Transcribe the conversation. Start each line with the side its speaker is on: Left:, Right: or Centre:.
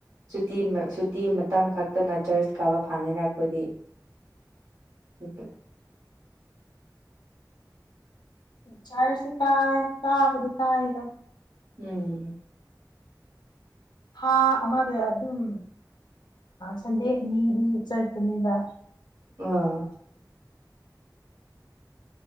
Right: ꯁꯨꯇꯤ ꯁꯨꯇꯤ ꯃꯇꯝ ꯈꯛꯇꯅ ꯆꯔꯆ ꯀꯥꯕ ꯐꯪꯉꯤꯅ ꯑꯩꯈꯣꯏꯗꯤ <unintelligible>
Left: ꯆꯔꯁ ꯁꯤ ꯀꯥꯌ‌ꯦ ꯀꯥꯕꯗꯤ ꯀꯥꯌ‌ꯦꯗ
Right: ꯎꯝ
Left: ꯊꯥ ꯑꯃꯗ ꯑꯗꯨꯝ ꯁꯟꯗꯦ ꯑꯥ ꯑꯅꯤ꯫ ꯑꯅꯤꯗꯤ ꯆꯠꯄꯅꯦꯕ
Right: ꯎꯝ